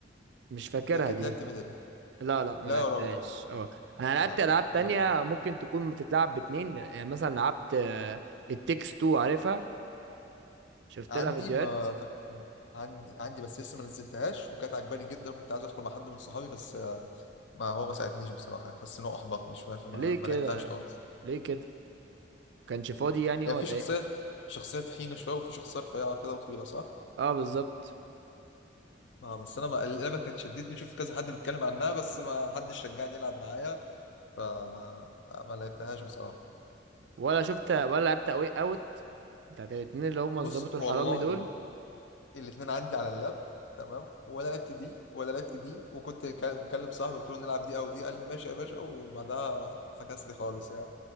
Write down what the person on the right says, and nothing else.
مش فاكرها
دي
لا لا ما
لعبتهاش
اه انا لعبت
العاب
تانية ممكن تكون بتتلعب باتنين يعني مثلا لعبت التكس 2 عارفها شفت
لها فيديوهات
ليه
كده
ليه كده ما كانش فاضي يعني ولا
ايه
اه بالظبط
ولا شفت ولا لعبت اوي اوت بتاعت الاتنين اللي هم
الظابط
والحرامي دول